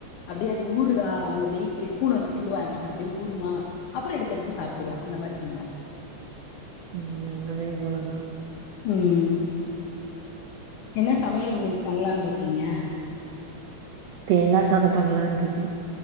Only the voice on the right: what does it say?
ம் அதே போல தா
தேங்கா சாதொ பண்ணலான்ருக்கே